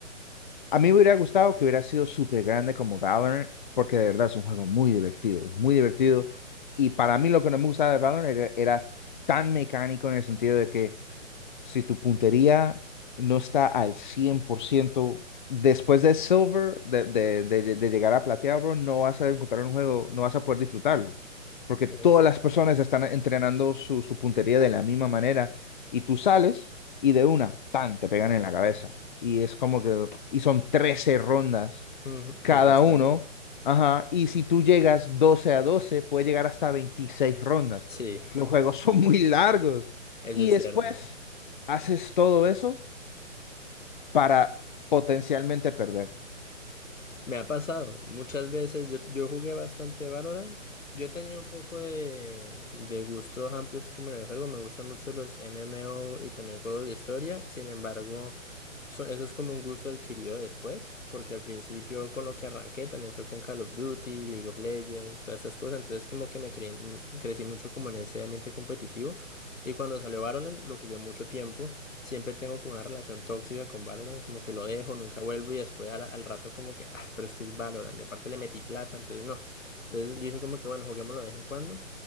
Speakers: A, on the left; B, on the left.
A: a mí me hubiera gustado que hubiera sido súper grande como Valorant, porque de verdad es un juego muy divertido, muy divertido. Y para mí lo que no me gustaba de Valorant era, era tan mecánico en el sentido de que si tu puntería no está al 100% después de Silver, de, de, de- de llegar a plateado, bro, no vas a encontrar un juego, no vas a poder disfrutarlo, porque
B: Eso
A: todas
B: es cierto.
A: las personas están entrenando su, su puntería de la misma manera y tú sales y de una, tan, te pegan en la cabeza. Y es como que, y son 13 rondas
B: Ujú,
A: cada
B: Es bastante.
A: uno. Ajá. Y si tú llegas 12 a 12 puede llegar hasta veintiséis rondas.
B: Sí,
A: Los juegos son muy largos.
B: <laughs> eso
A: Y
B: es
A: después
B: cierto.
A: haces todo eso para potencialmente perder.
B: Me ha pasado muchas veces, yo, yo jugué bastante Valorant, yo he tenido un poco de, de gustos amplios como en el juego, me gustan mucho los MMO y también juegos de historia, sin embargo, So- Eso es como un gusto adquirido después, porque al principio con lo que arranqué también fue con Call of Duty, League of Legends, todas estas cosas, entonces como que me creí- mm, crecí mucho como en ese ambiente competitivo y cuando salió Valorant lo jugué mucho tiempo, siempre tengo como una relación tóxica con Valorant, como que lo dejo, nunca vuelvo y después al, al rato como que, ah, pero es que es Valorant, y aparte le metí plata, entonces no, entonces yo dije como que bueno, juguémoslo de vez en cuando.